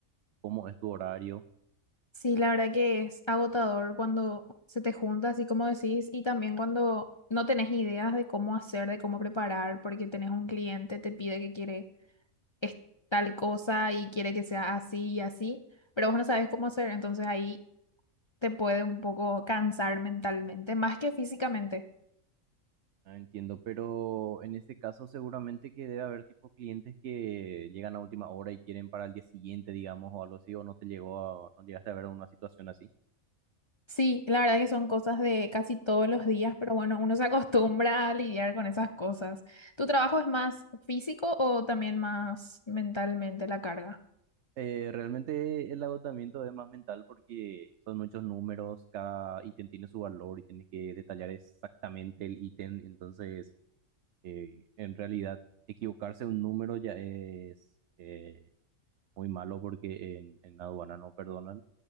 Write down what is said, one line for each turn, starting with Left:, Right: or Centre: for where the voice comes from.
Right: cómo es tu horario.
Left: Sí, la verdad que es agotador cuando se te junta, así como decís, y también cuando no tenés ideas de cómo hacer, de cómo preparar, porque tenés un cliente, te pide que quiere es tal cosa y quiere que sea así y así, pero vos no sabes cómo hacer, entonces ahí te puede un poco cansar mentalmente, más que físicamente.
Right: Ah, entiendo, pero en ese caso seguramente que debe haber tipo clientes que llegan a última hora y quieren para el día siguiente, digamos, o algo así, o no te llegó a, no llegaste a ver una situación así.
Left: Sí, la verdad que son cosas de casi todos los días, pero bueno, uno se acostumbra a lidiar con esas cosas. ¿Tu trabajo es más físico o también más mentalmente la carga?
Right: Eh, realmente el agotamiento es más mental porque son muchos números, cada ítem tiene su valor y tienes que detallar exactamente el ítem, entonces eh, en realidad equivocarse un número ya es eh, muy malo porque en, en aduana no perdonan.